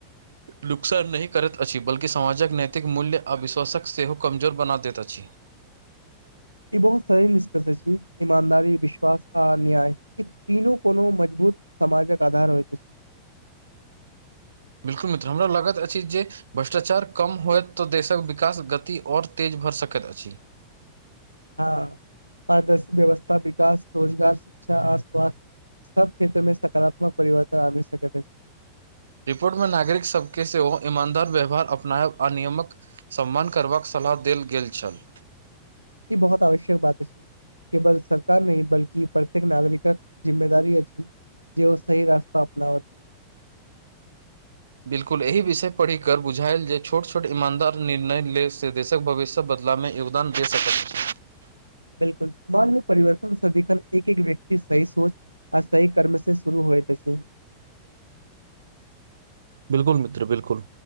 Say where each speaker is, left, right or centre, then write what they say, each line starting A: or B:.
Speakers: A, on the right; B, on the right.
A: नुकसान नहि करैत अछि बल्कि समाजक नैतिक मूल्य आ विश्वासक सेहो कमजोर बना दैत अछि
B: ई बहुत सही निष्कर्ष अछि ईमानदारी, विश्वास आ न्याय ई तीनू कोनो मजबूत समाजक आधार होइत अछि।
A: बिल्कुल मित्र हमरा लागत अछि जे भ्रष्टाचार कम होयत तऽ देशक विकास गति और तेज भऽ सकैत अछि
B: हँ आदर्श व्यवस्था विकास रोजगार शिक्षा आस्वास्थ सब क्षेत्र मे सकारात्मक परिवर्तन आनि सकैत अछि
A: रिपोर्ट मे नागरिक सबके सेहो ईमानदार व्यवहार अपनाब आ नियमक सम्मान करबाक सलाह देल गेल छल।
B: ई बहुत आवश्यक बात अछि। केवल सरकार नहि बल्कि प्रत्येक नागरिकक जिम्मेदारी अछि जे ओ सही रास्ता अपना ओत
A: बिल्कुल एहि विषय पढ़िक बुझायल जे छोट छोट ईमानदार निर्णय ले से देशक भविष्य तो बदलामे योगदान दे सकैत अछि।
B: बिल्कुल मोन मे परिवर्तन सदिखन एक एक व्यक्ति सही सोच आ सही कर्म से शुरू होइत अछि।
A: बिल्कुल मित्र बिल्कुल